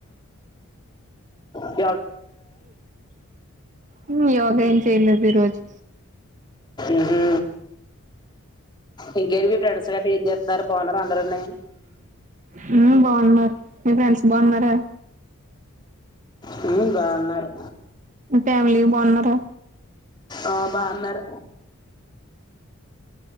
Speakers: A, on the left; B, on the right.
A: అను
B: హి యోగ ఏం చేయలేదు ఈ రోజు
A: ఉహు ఇంకేంటి మి ఫ్రెండ్స్ గట్రా ఏం చేస్తున్నారు బాగున్నారు అందరునే
B: హుమ్ బాగున్నారు మీ ఫ్రెండ్స్ బాగున్నార
A: హుమ్ బాగున్నారు
B: ఫ్యామిలీ బాగున్నారా
A: ఆ బాగున్నారు